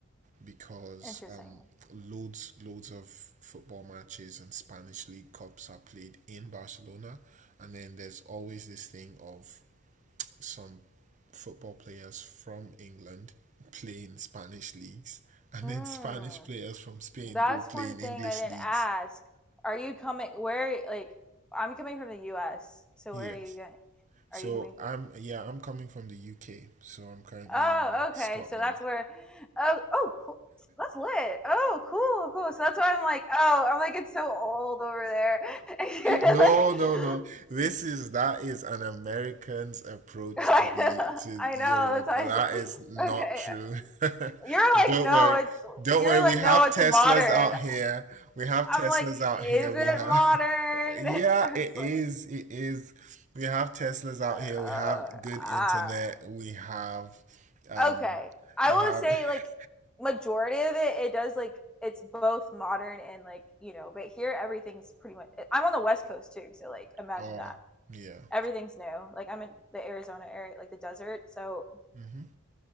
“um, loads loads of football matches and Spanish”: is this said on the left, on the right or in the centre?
Right